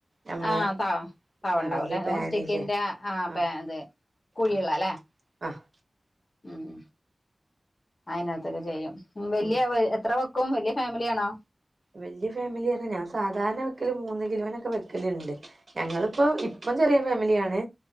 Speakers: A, on the right; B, on the left.
A: നമ്മളെ
B: ആ ത തവണ്ടാവുംല്ലേ
A: ആഹ് വല്യ
B: നോൺ
A: പാനില്ലേ
B: സ്റ്റിക്കിന്റെ ആ അപ്പ
A: ആഹ്
B: ഇത് കുഴിയ്ള്ളല്ലേ?
A: ആഹ് ആഹ്
B: ഉം അയിനകത്തൊക്കെ ചെയ്യും വല്ല്യാ
A: ഉം
B: വെ എത്ര ക്കും വല്ല്യ ഫാമിലിയാണോ?
A: വല്ല്യ ഫാമിലി പർഞ്ഞാ ഞാൻ സാധാരണ വെക്കല് മൂന്ന് കിലോനൊക്കെ വെക്കല്ണ്ട്. ഞങ്ങള് പ്പോ ഇപ്പം ചെറിയ ഫാമിലിയാണ്